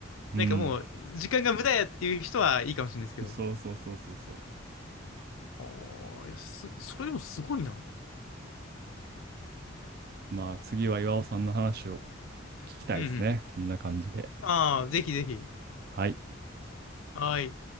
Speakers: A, on the right; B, on the left.
A: うん。
B: なんかもう、時間が無駄やっていう人はいいかもしれないですけど。
A: そうそうそうそうそう。
B: ああ、いや、す、それでもすごいな。
A: まあ、次は岩尾さんの話を。聞きたいですね。
B: うんうん。
A: こんな感じで。
B: ああ、ぜひぜひ。
A: はい。
B: はい。